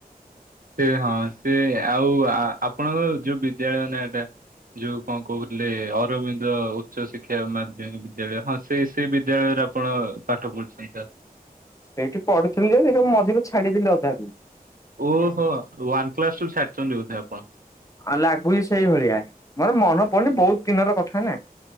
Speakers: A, on the right; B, on the left.
A: ସେ ହଁ ସେ ଆଉ ଆ ଆପଣଙ୍କର ଯୋଉ ବିଦ୍ୟାଳୟ ନାଁ ଟା ଯୋଉ କଁ କୋହୁ ଲେ ଅରବିନ୍ଦ ଉଚ୍ଚ ଶିକ୍ଷା ମାଧ୍ୟମିକ୍ ବିଦ୍ୟାଳୟ ହଁ ସେ ସେ ବିଦ୍ୟାଳୟରେ ଆପଣ ପାଠ ପଢ଼ିଛନ୍ତି ତାଲ୍
B: ସେଇଠି ପଢ଼ିଥିଲି ଯେ କିନ୍ତୁ ମଝିରେ ଛାଡି଼ଦେଲି ଅଧାଦିନ୍।
A: ଓହୋ ୱାନ କ୍ଲସ୍ ଠୁ ଛାଡ଼ିଚନ୍ତି ବୋଧେ ଆପଣ?
B: ହଁ ଲାଗୁଚି ସେଇଭଳିଆ ମୋର ମନ ପଡ଼ୁନି ବୋହୁତ୍ ତିନର କଥା ନା।